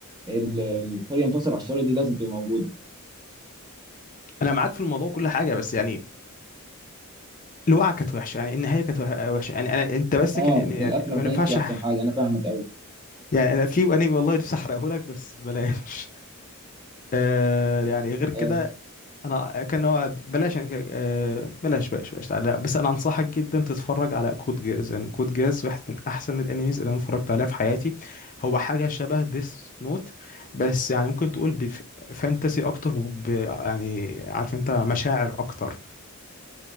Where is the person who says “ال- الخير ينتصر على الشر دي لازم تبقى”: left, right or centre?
Right